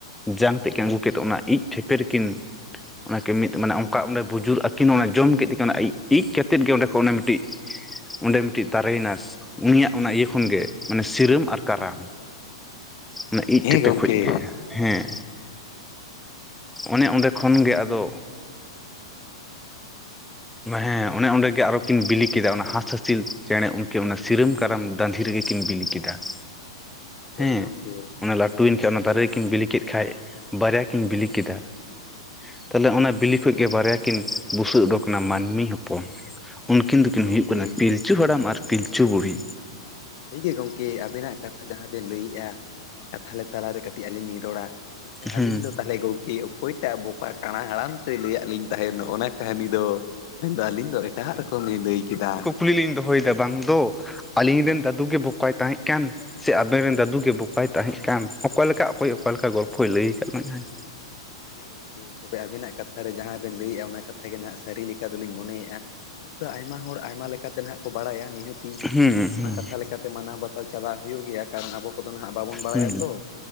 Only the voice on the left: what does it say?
<inaudible>
ᱦᱮᱸ
ᱜᱚᱝᱠᱮ
<inaudible>
ᱜᱚᱝᱠᱮ
ᱦᱮᱸ
ᱜᱚᱝᱠᱮ
ᱥᱟᱹᱨᱤ ᱜᱮ ᱜᱚᱝᱠᱮ ᱟᱵᱮᱱᱟᱜ ᱠᱟᱛᱷᱟ, ᱡᱟᱦᱟᱸ ᱵᱮᱱ ᱞᱟᱹᱭᱮᱜᱼᱟ᱾ ᱚᱱᱟ ᱠᱟᱛᱷᱟ ᱛᱟᱞᱟ ᱨᱮ ᱠᱟᱹᱴᱤᱡ ᱟᱹᱞᱤᱧ ᱞᱤᱧ ᱨᱚᱲᱟ, ᱢᱮᱱᱠᱷᱟᱱ ᱟᱹᱞᱤᱧ
ᱫᱚ ᱛᱟᱞᱚᱦᱮ ᱜᱚᱝᱠᱮ ᱚᱠᱚᱭ ᱴᱟᱜ ᱵᱚᱠᱟ ᱠᱟᱸᱬᱟ ᱦᱟᱲᱟᱢ ᱪᱚᱭ ᱞᱟᱹᱭᱟᱫ ᱞᱤᱧ ᱛᱟᱦᱮᱱ ᱱᱚᱭᱼᱚᱭ ᱚᱱᱟ ᱠᱟᱹᱦᱱᱤ ᱫᱚ ᱢᱮᱱ ᱫᱚ ᱟᱹᱞᱤᱧ ᱫᱚ ᱮᱴᱟᱜ ᱨᱚᱠᱚ ᱞᱤᱧ ᱞᱟᱹᱭ ᱠᱮᱫᱟ᱾
ᱦᱮᱸ ᱜᱚᱝᱠᱮ ᱛᱚᱵᱮ ᱟᱵᱮᱱᱟᱜ ᱠᱟᱛᱷᱟ ᱨᱮ ᱡᱟᱦᱟᱸ ᱵᱮᱱ ᱞᱟᱹᱭᱮᱜᱼᱟ, ᱚᱱᱟ ᱠᱟᱛᱷ ᱛᱷᱟᱹᱜᱮ ᱱᱟᱦᱟᱜ ᱥᱟᱹᱨᱤ ᱞᱮᱠᱟ ᱫᱚᱞᱤᱧ ᱢᱚᱱᱮᱭᱮᱜᱼᱟ, ᱦᱳᱭᱼᱛᱚ ᱟᱭᱢᱟ ᱦᱚᱲ ᱟᱭᱢᱟ ᱞᱮᱠᱟ ᱛᱮ ᱱᱟᱦᱟᱜ ᱵᱟᱲᱟᱭᱟ᱾ ᱱᱤᱦᱟᱹᱛᱤ
ᱚᱱᱟ ᱠᱟᱛᱷᱟ ᱞᱮᱠᱟ ᱛᱮ ᱢᱟᱱᱟᱣ ᱵᱟᱛᱟᱣ ᱪᱟᱞᱟᱜ ᱦᱩᱭᱩᱜ ᱜᱮᱭᱟ, ᱠᱟᱨᱚᱱ ᱟᱵᱚ ᱠᱚᱫᱚ ᱱᱟᱦᱟᱜ ᱵᱟᱵᱚᱱ ᱵᱟᱲᱟᱭᱟ
ᱛᱚ,